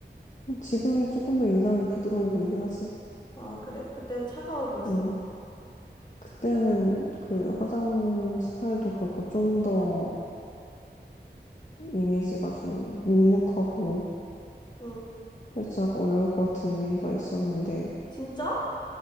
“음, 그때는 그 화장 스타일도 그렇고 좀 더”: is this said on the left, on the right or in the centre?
Left